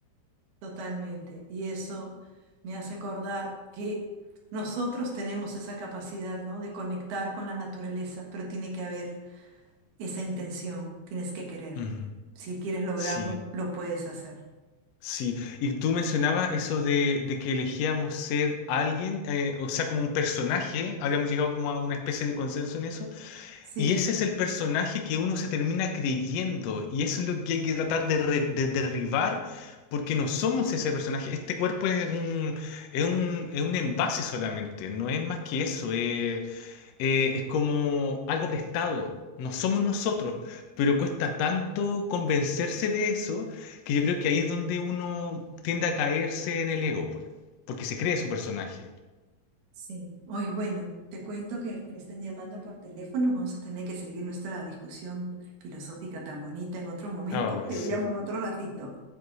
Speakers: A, on the right; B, on the left.
A: totalmente. Y eso me hace acordar que nosotros tenemos esa capacidad, ¿no? De conectar con la naturaleza, pero tiene que haber esa intención, tienes que querer.
B: Ujú.
A: Si quieres lograrlo,
B: Sí.
A: lo puedes hacer.
B: Sí, y tú mencionabas eso de, de que elegíamos ser alguien, eh, o sea, como un personaje, habíamos llegado como a una especie de consenso en eso,
A: Sí,
B: y ese es el personaje que uno se termina creyendo, y eso es lo que hay que tratar de, re- de derribar, porque no somos ese personaje, este cuerpo es un, es un, es un envase solamente, no es más que eso, eh, eh, es como algo prestado. No somos nosotros, pero cuesta tanto convencerse de eso que yo creo que ahí es donde uno tiende a caerse en el ego, pues, porque se cree su personaje.
A: sí. Hoy, bueno, te cuento que me están llamando por teléfono. Vamos a tener que seguir nuestra discusión filosófica tan bonita en otro momento.
B: Ay,
A: Te
B: sí.
A: llamo en otro ratito.